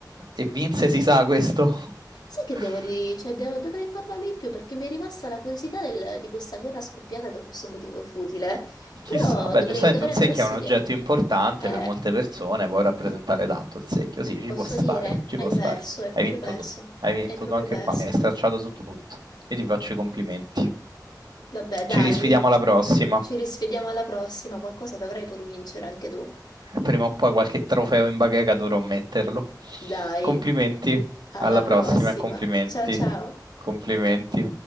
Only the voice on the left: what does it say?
Sai che devo, ri- cioè, devo- dovrei informarmi di più perché mi è rimasta la curiosità del- di questa guerra scoppiata per questo motivo futile. Però
dovrei,
dovrei
andare a studiare.
Eh,
posso
dire,
hai
perso,
hai proprio
perso.
Hai proprio
perso.
Vabbè, dai,
ci risvediamo alla prossima, qualcosa dovrai pur vincere anche tu.
Dai,
alla
prossima.
Ciao ciao.